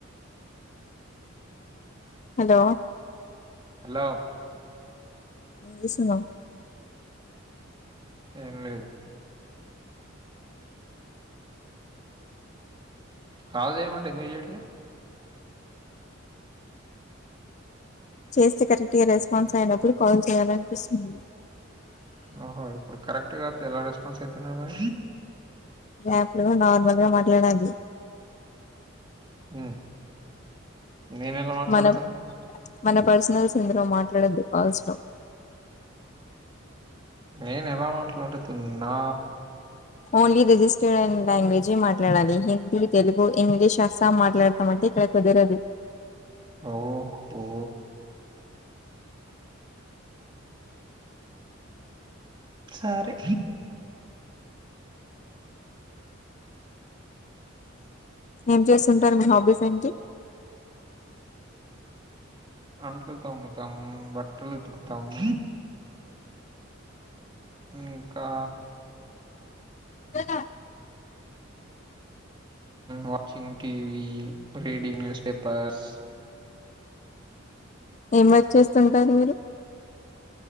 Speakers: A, on the left; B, on the right.
A: హలో
B: హలో
A: ఏం జేసున్నవ్
B: ఏం లేదు కాల్ జేయమంటే ఎందుకు చేయట్లే
A: చేస్తే కరెక్ట్ గా రెస్పాన్స్ అయినప్పుడు కాల్ చేయాలనిపిస్తుంది
B: ఓహో ఇపుడు కరెక్ట్ గా ఎలా రెస్పాన్స్ అయితున్నా మరి
A: అప్ లో నార్మల్ గా మాట్లాడది
B: ఆ నేను ఎలా మాట్లాడుతన్నా
A: మనం మన పర్సనల్స్ ఇందులో మాట్లాడొద్దు కాల్స్ లో
B: నేను ఎలా మాట్లాడుతున్నా
A: ఓన్లీ రిజిస్టర్డ్ అయిన లాంగ్వేజ్ మాట్లాడాలి హిందీ తెలుగు ఇంగ్లీష్ అస్సాం మాట్లాడతామంటే ఇక్కడ కుదరదు
B: ఓహఓ సరే
A: ఏం చేస్తుంటారు మీ హాబీస్ ఏంటి
B: అంట్లు తోముతాము బట్టలు ఉతుకుతాము ఇంకా
A: we
B: watching TV reading newspapers
A: ఏం వర్క్ చేస్తుంటారు మీరు